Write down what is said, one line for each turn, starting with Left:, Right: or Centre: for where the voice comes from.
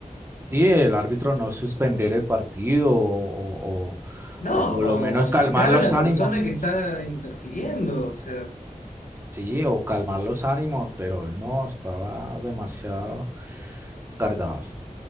Right: Sí, el árbitro no suspender el partido o, o o-
Left: No,
Right: o por lo
Left: o,
Right: menos
Left: o
Right: calmar
Left: sacar
Right: los
Left: a la
Right: ánimos.
Left: persona que está interfiriendo, o sea,
Right: Sí, o calmar los ánimos, pero no, estaba demasiado cargado.